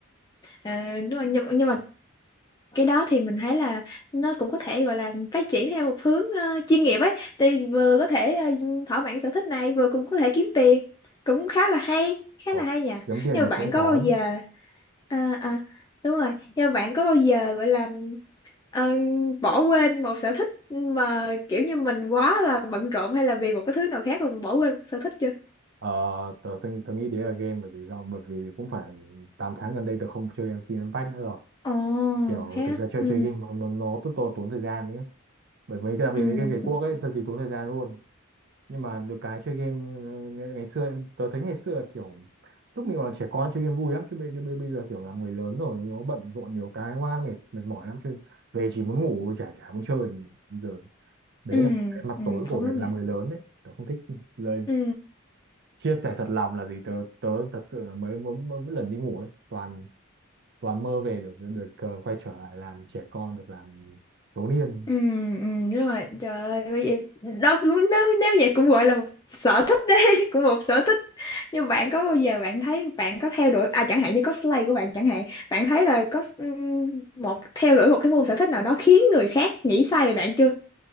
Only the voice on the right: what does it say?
có
kiếm tiền
thì
cũng
có
ờ, tớ, nghĩ- tớ nghĩ đấy là game bởi vì do bởi vì cũng phải 8 tháng gần đây tớ không chơi em MC Impact nữa rồi
kiểu
thực
ra chơi
chơi game nó nó, nó rất to tốn thời gian nhé bởi mấy cái đặc biệt
là game về quốc ấy cực kỳ tốn thời gian luôn nhưng mà được cái chơi game ờ, ngày, ngày xưa em tớ thấy ngày xưa là kiểu lúc mình còn là trẻ con chơi game vui lắm chứ bây chứ bây, bây giờ kiểu là người lớn rồi nó bận rộn nhiều cái quá mệt mệt mỏi lắm chơi về chỉ muốn ngủ chả chả muốn chơi làm gì. bây giờ đấy
là một cái mặt
tối của
việc
làm
người lớn đấy tớ không thích lời
chia sẻ thật lòng là gì tớ tớ thật sự là mới mới, mới, mới lần đi ngủ ấy toàn và mơ về được được được ờ, quay trở lại làm trẻ con được làm thiếu niên